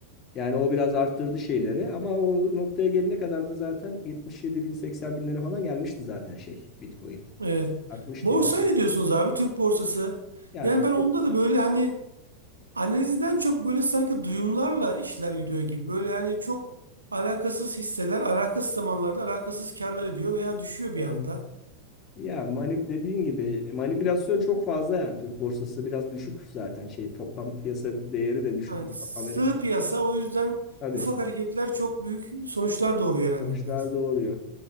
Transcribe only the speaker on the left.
yani o biraz arttırdı şeyleri ama o noktaya gelene kadar da zaten 77 bin 80 bin lira falan gelmişti zaten şey Bitcoin.
Artmıştı
yani.
Ya
çok,
evet.
Ya mani, dediğin gibi manipülasyon çok fazla yani Türk borsası biraz düşük zaten şey toplam piyasa değeri de düşük
bir
Amerika.
Tabii
sonuçlar
doğuruyor.